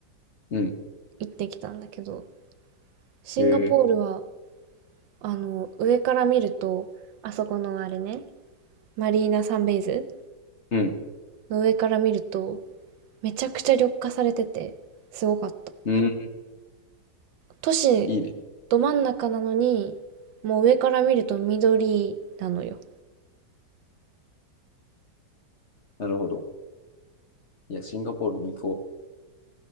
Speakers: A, on the left; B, on the right.
A: うん、
B: 行ってきたんだけど、シンガポールは
A: へえ、
B: あの上から見ると、あそこのあれね、マリーナサンベイズ
A: うん、
B: の上から見ると、めちゃくちゃ緑化されてて、すごかった。
A: うん、
B: 都市
A: いいね。
B: ど真ん中なのに、もう上から見ると緑なのよ。
A: なるほど。いや、シンガポールに行こ